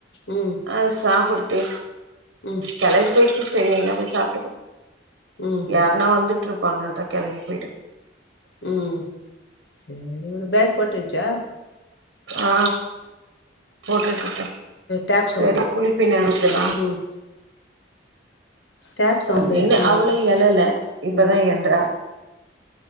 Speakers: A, on the left; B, on the right.
A: ம்
B: அஹ் சாப்பிடுட்டு
A: ம்
B: கிளம்பி போயிச்சு சரி எங்கனா போய் சாப்பிட்டுக்கோம்
A: ம் ம்
B: யாருன்னா வந்துட்டு இரு இருப்பாங்க அதான் கிளங்கி போயிட்டுக்கும்
A: ம் சேரி உடு பேக் போட்டு வச்சா
B: ஆ போட்டுட்டு
A: டேப் சவுண்டு
B: செரி குளிப்பின்ன இருக்கெல்லா
A: ம் டேப் சவுண்டு
B: ஓம் பின்னு
A: ஆ
B: அவுளு எலல இப்பதா
A: ம்
B: எல்றா